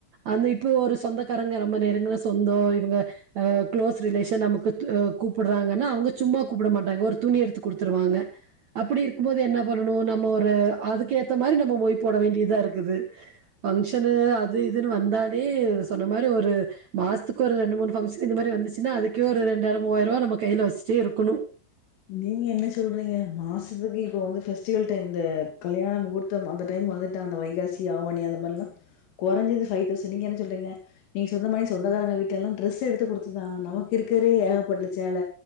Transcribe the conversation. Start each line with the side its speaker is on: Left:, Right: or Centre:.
Right: அந்த இப்ப ஒரு சொந்தக்காரங்க ரொம்ப நெருங்குன சொந்தோ இவங்க அ க்ளோஸ். த் ரிலேசன் நமக்கு து கூப்பிடுறாங்கனா அவுங்க சும்மா கூப்பிட மாட்டாங்க. ஒரு துணி எடுத்துகுடுத்துடுவாங்க. அப்பிடி இருக்கும்போது என்ன பண்ணனோ நம்ம ஒரு அதுக்கு ஏத்தமாரி நம்ம மொய் போட வேண்டியதா இருக்குது. பங்ஷனு அது இதுனு வந்தாலே சொன்னமாரி ஒரு மாசத்துக்கு ரெண்டு மூணு பன்ஷன் வந்துச். இன்னோ அதுக்கே ஒரு ரெண்டாயிரோ மூவாயிருபா நம்ம கைல வச்சுட்டே இருக்கணோ
Left: நீங்க என்ன சொல்றீங்க மாசத்துக்கு இப்ப வந்து பெஸ்டிவல் டைம் இந்த கல்யாண முகூர்த்தம் அந்த டைம் வந்துட்டா அந்த வைகாசி ஆவாணி அந்த மாரிலா குறஞ்சது ஃபைவ் தௌசண்ட் நீங்க என்ன சொல்றீங்க நீங்க சொன்ன மாரி சொந்தக்காரங்க வீட்ல லா டிரெஸு எடுத்து கொடுத்துதா நமக்கு இருக்குறே ஏகப்பட்ட சேல.